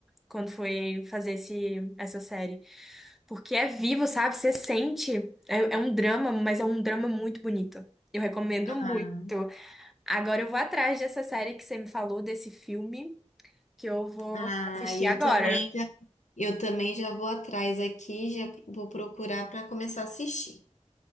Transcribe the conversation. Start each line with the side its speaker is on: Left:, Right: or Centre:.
Centre: quando foi fazer esse, essa série, porque é vivo, sabe? Você sente. É, é um drama, mas é um drama muito bonito. Eu recomendo
Left: Ah,
Centre: muito. Agora eu vou atrás dessa série que você me falou, desse filme. que eu vou
Left: ah,
Centre: assistir
Left: eu
Centre: agora.
Left: também já, eu também já vou atrás aqui, já vou procurar para começar a assistir.